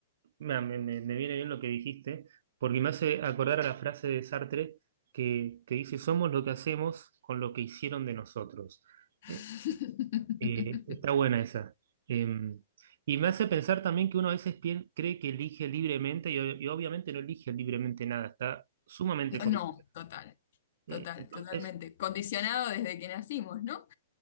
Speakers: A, on the right (about 65°); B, on the left (about 60°).
A: Me, me- me- me viene bien lo que dijiste, porque me hace acordar a la frase de Sartre que, que dice, somos lo que hacemos con lo que hicieron de nosotros.
B: <laughs>
A: Eh, eh, está buena esa. Eh, y me hace pensar también que uno a veces pien- cree que elige libremente y, o- y obviamente no elige libremente nada, está sumamente...
B: No,
A: con-
B: no, total,
A: eh,
B: total,
A: entonces,
B: totalmente. Condicionado desde que nacimos, ¿no?